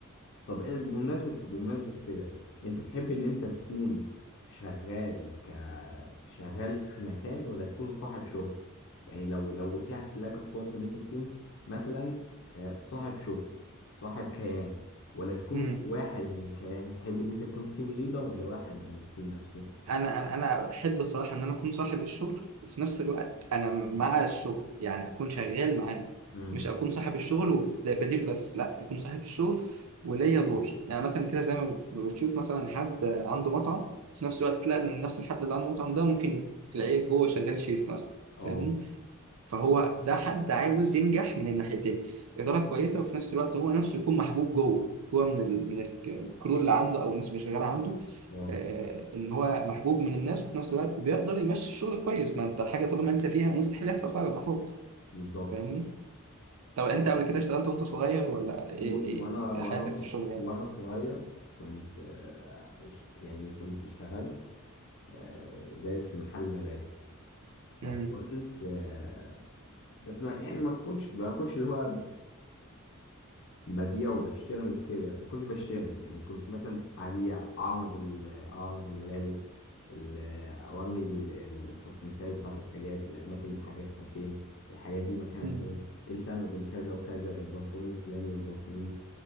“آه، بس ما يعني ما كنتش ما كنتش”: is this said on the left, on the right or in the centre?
Left